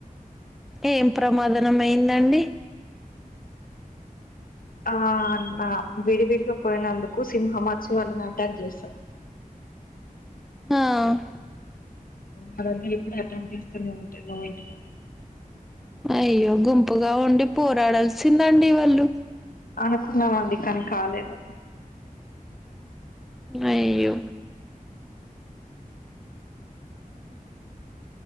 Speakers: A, in the centre; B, on the left (about 75°).
A: ఏం ప్రమాదనం అయిందండి
B: ఆ అనా విడివిడిగా పోయినందుకు సింహం వచ్చి వాళ్లని అటాక్ చేస్తుంది అండి
A: ఆ
B: ఆరో ఇప్పుడ అట విభ్యస ఉంట ఎ
A: అయ్యో గుంపుగా ఉండి పోరాడాల్సిందండి వాళ్ళు
B: అనుకున్నామ అండి కానీ కాలేదు
A: అయ్యో